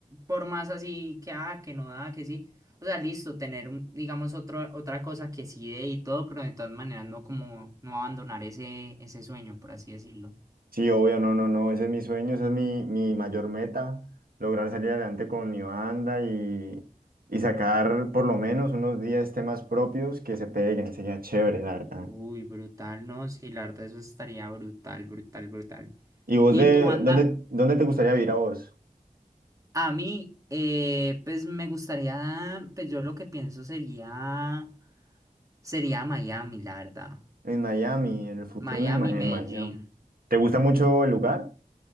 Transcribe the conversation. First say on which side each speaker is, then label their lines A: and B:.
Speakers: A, on the right (about 20°); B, on the right (about 85°).
A: por más así que, ah, que no da, que sí, o sea, listo, tener, un, digamos, otro, otra cosa que sí dé y todo, pero de todas maneras no como, no abandonar ese, ese sueño, por así decirlo.
B: Sí, obvio, no, no, no, ese es mi sueño, esa es mi, mi mayor meta, lograr salir adelante con mi banda y, y sacar por lo menos unos 10 temas propios que se peguen, sería chévere, la verdad.
A: Uy, brutal, no, sí, la verdad, eso estaría brutal, brutal, brutal.
B: ¿Y vos
A: Y
B: de
A: tu banda,
B: dónde, dónde te gustaría vivir a vos?
A: a mí, eh, pues me gustaría, pues yo lo que pienso sería, sería Miami, la verdad.
B: En Miami, en el futuro
A: Miami,
B: en el Ma-
A: Medellín.
B: en Miami. ¿Te gusta mucho el lugar?